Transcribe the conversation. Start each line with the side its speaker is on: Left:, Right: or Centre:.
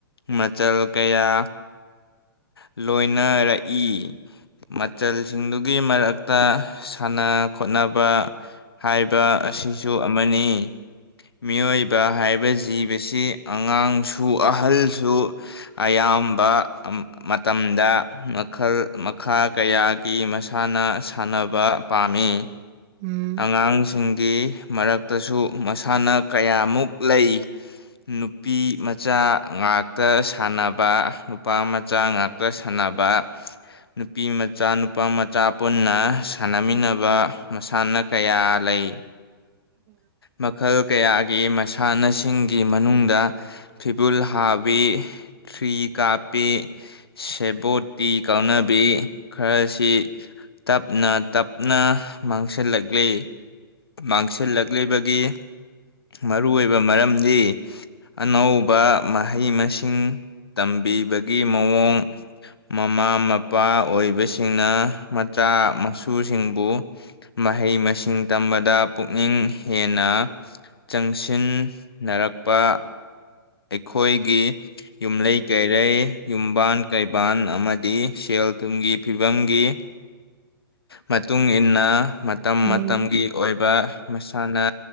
Left: ꯃꯆꯜ ꯀꯌꯥ ꯂꯣꯏꯅꯔꯛꯏ ꯃꯆꯜꯁꯤꯡꯗꯨꯒꯤ ꯃꯔꯛꯇ ꯁꯥꯟꯅ ꯈꯣꯠꯅꯕ ꯍꯥꯏꯕ ꯑꯁꯤꯁꯨ ꯑꯃꯅꯤ ꯃꯤꯑꯣꯏꯕ ꯍꯥꯏꯕ ꯖꯤꯕꯁꯤ ꯑꯉꯥꯡꯁꯨ ꯎ ꯑꯍꯜꯁꯨ ꯑꯌꯥꯝꯕ ꯃꯇꯝꯗ ꯃꯈꯜ ꯃꯈꯥ ꯀꯌꯥꯒꯤ ꯃꯁꯥꯟꯅ ꯁꯥꯟꯅꯕ ꯄꯥꯝꯃꯤ
Right: ꯎꯝ
Left: ꯑꯉꯥꯡ ꯁꯤꯡꯒꯤ ꯃꯔꯛꯇꯁꯨ ꯃꯁꯥꯟꯅ ꯀꯌꯥꯃꯨꯛ ꯂꯩ ꯅꯨꯄꯤ ꯃꯆꯥ ꯉꯥꯛꯇ ꯁꯥꯟꯅꯕ ꯅꯨꯄꯥ ꯃꯆꯥ ꯉꯥꯛꯇ ꯁꯥꯟꯅꯕ ꯅꯨꯄꯤ ꯃꯆꯥ ꯅꯨꯄꯥ ꯃꯆꯥ ꯄꯨꯟꯅ ꯁꯥꯟꯅꯃꯤꯟꯅꯕ ꯃꯁꯥꯟꯅ ꯀꯌꯥ ꯂꯩ
Right: ꯎꯝ
Left: ꯃꯈꯜ ꯀꯌꯥꯒꯤ ꯃꯁꯥꯟꯅꯁꯤꯡꯒꯤ ꯃꯅꯨꯡꯗ ꯐꯤꯕꯨꯜ ꯍꯥꯕꯤ ꯊ꯭ꯔꯤ ꯀꯥꯞꯄꯤ ꯁꯦꯕꯣꯠꯇꯤ ꯀꯥꯎꯅꯕꯤ ꯈꯔꯁꯤ ꯇꯞꯅ ꯇꯞ ꯅ ꯃꯥꯡꯁꯤꯜꯂꯛꯂꯤ ꯃꯥꯡꯁꯤꯜꯂꯛꯂꯤꯕꯒꯤ ꯃꯔꯨ ꯑꯣꯏꯕ ꯃꯔꯝꯗꯤ ꯑꯅꯧ ꯇꯧꯕ ꯃꯍꯩ ꯃꯁꯤꯡ ꯇꯝꯕꯤꯕꯒꯤ ꯃꯑꯣꯡ ꯃꯃꯥ ꯃꯄꯥ ꯑꯣꯏꯕꯁꯤꯡꯅ ꯃꯆꯥ ꯃꯁꯨꯁꯤꯡꯕꯨ ꯃꯍꯩ ꯃꯁꯤꯡ ꯇꯝꯕꯗ ꯄꯨꯛꯅꯤꯡ ꯍꯦꯟꯅ ꯆꯪꯁꯤꯟꯅꯔꯛꯄ ꯑꯩꯈꯣꯏꯒꯤ ꯌꯨꯝꯂꯩ ꯀꯩꯔꯩ ꯌꯨꯝꯕꯥꯟ ꯀꯩꯕꯥꯟ ꯑꯃꯗꯤ ꯁꯦꯜ ꯊꯨꯝꯒꯤ ꯐꯤꯕꯝꯒꯤ ꯃꯇꯨꯡ ꯏ ꯃꯇꯨꯡꯏꯟꯅ ꯃꯇꯝ
Right: ꯎꯝ
Left: ꯃꯇꯝꯒꯤ ꯑꯣꯏꯕ ꯃꯁꯥꯟꯅ